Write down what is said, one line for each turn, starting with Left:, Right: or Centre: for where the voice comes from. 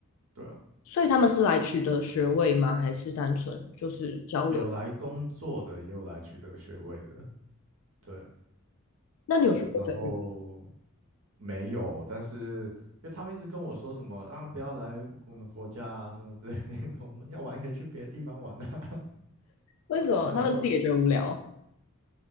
Right: 对啊，
Left: 所以他们是来取得学位吗？还是单纯就是交流？
Right: 有来工作的，也有来取得学位的。对，
Left: 那你有学过菲律宾？
Right: 那然后没有，但是因为他们一直跟我说什么啊，不要来我们国家啊，什么之类的，<laughs> 我们要玩可以去别的地方玩啊。
Left: 为什么他们自己也觉得无聊啊
Right: <laughs> 然后